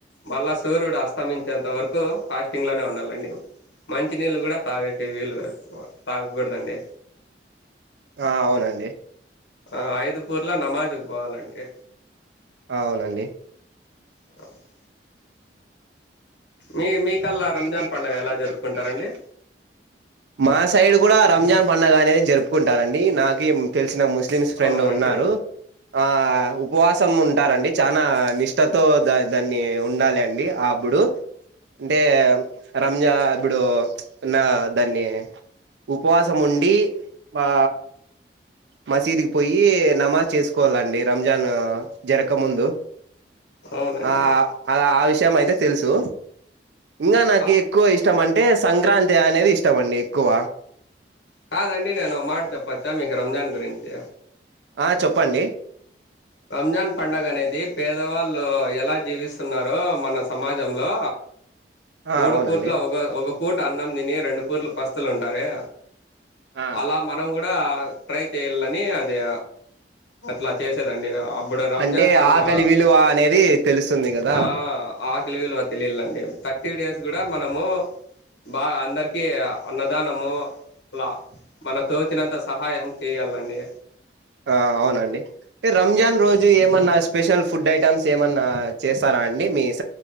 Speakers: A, on the left; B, on the right.
A: మళ్ళా సూర్యుడు అస్తమించేంత వరకూ ఫాస్టింగ్లోనే ఉండాలండి మంచి నీళ్ళు కూడా తాగేకి వీలు గాదు తాగకూడదండి
B: ఆ అవునండి
A: ఆ ఐదు పూర్లా నమాజుకి పోవాలండి
B: అవునండి
A: బ్లాంక్ మీ మీ కల్ల రంజాన్
B: మీకల్లా
A: పండగ ఎలా
B: రంజాన్
A: జరుపుకుంటారండి
B: పండుగ ఎలా జరుపు మా సైడ్ కూడా రంజాన్ పండగ అనేది జరుపుకుంటారండి నాగీం తెలిసిన ముస్లిమ్స్ ఫ్రెండ్
A: అవునండి
B: ఉన్నారు ఆ ఉపవాసం ఉంటారండి చానా నిష్టతో దా దాన్ని ఉండాలి అండి ఆబ్బుడు అంటే రంజా ఇబ్బుడు ఉన్నా దాన్ని ఉపవాసం ఉండి ఆ మసీదుకిి పొయ్యి నమాజ్ చేసుకోవాలండి రంజాన్ జరక్క ముందు
A: అవునండి
B: ఆ అలా ఆ విషయం అయితే తెలుసు ఇంగా నాకి
A: ఆ,
B: ఎక్కువ ఇష్టం అంటే సంక్రాంతి అనేది ఇష్టం అండి ఎక్కువ
A: కాదండి నేను ఓ మాట చెప్పచ్చా మీకు రంజాన్ గురించి
B: ఆ చొప్పండి
A: రంజాన్ పండగ అనేది పేదవాళ్ళు ఎలా జీవిస్తున్నారో మన సమాజంలో
B: ఆ
A: మూడు
B: అవునండి
A: పూట్లా ఒక ఒక పూట అన్నం తిని రెండు పూట్ల పస్తులుంటారే
B: ఆ
A: అలా మనం కూడా ట్రై చేయ్యలని అదే. అట్లా చేసేదండి అప్పుడే రంజాన్
B: అంటే
A: పండుగ
B: ఆకలి విలువ అనేది తెలుస్తుంది కదా
A: ఆహ్ ఆహ్. పెళ్లి విలువ తెలియలండి థర్టీ డేస్ కూడా మనము. బాగా అందరికి అన్నదానము అట్లా. మనకు తోచినంత సహాయం చెయ్యలండి.
B: ఆహ్ అవునండి అంటే రంజాన్ రోజు ఏమన్నా స్పెషల్ ఫుడ్ ఐటమ్స్. ఏమన్నా చేస్తార అండి మీ ఇష్